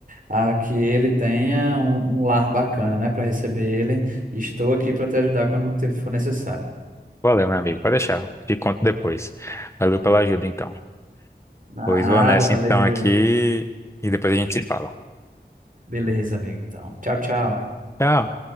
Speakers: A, on the right (about 50°); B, on the left (about 15°).
A: a que ele tenha um, um lar bacana, né, para receber ele. Estou aqui para te ajudar quando te- for necessário.
B: Valeu, meu amigo. Pode deixar. Te conto depois. Valeu pela ajuda, então.
A: Nada,
B: Pois vou nessa
A: valeu.
B: então aqui e depois a gente se fala.
A: Beleza, amigo, então. Tchau, tchau.
B: Tchau.